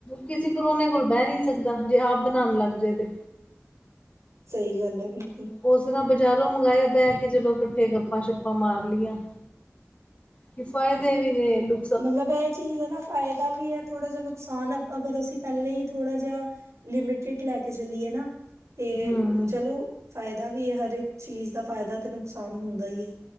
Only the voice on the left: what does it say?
ਕਿਸੀ ਪਰੋਨੇ ਕੋਲ ਬੈ ਨਈ ਸਕਦਾ, ਜੇ ਆਪ ਬਨਾਨ ਲੱਗ ਜੇ ਤੇ
ਓਸ ਤਰਾ ਬਜ਼ਾਰੋਂ ਮੰਗਾਏ ਬੈ ਕੇ ਚਲੋ ਕੱਠੇ ਗੱਪਾਂ ਸ਼ੱਪਾਂ ਮਾਰ ਲਈਆਂ। ਕਿ ਫਾਈਦੇ ਵੀ ਨੇ ਨੁ
ਹਮ